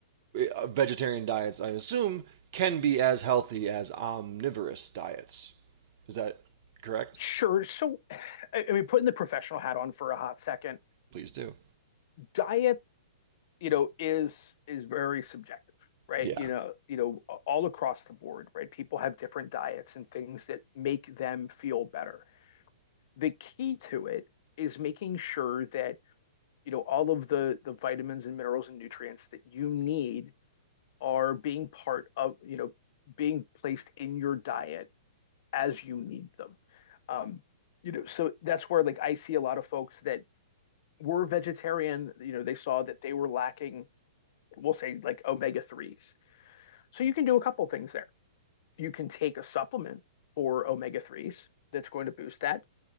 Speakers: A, on the right; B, on the left.
A: uh, vegetarian diets, I assume, can be as healthy as omnivorous diets. Is that correct?
B: Sure. So, I I mean, putting the professional hat on for a hot second,
A: Please do.
B: diet, you know, is is very subjective, right?
A: Yeah.
B: You know, you know, all across the board, right? People have different diets and things that make them feel better. The key to it is making sure that, you know, all of the the vitamins and minerals and nutrients that you need are being part of, you know, being placed in your diet as you need them. Um, you know, so that's where like I see a lot of folks that were vegetarian, you know, they saw that they were lacking, we'll say like omega 3s. So you can do a couple things there. You can take a supplement for omega 3s that's going to boost that.